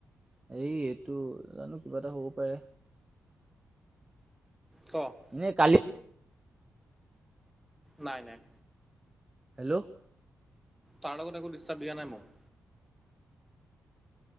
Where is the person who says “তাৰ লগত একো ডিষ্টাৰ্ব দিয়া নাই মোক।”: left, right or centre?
Centre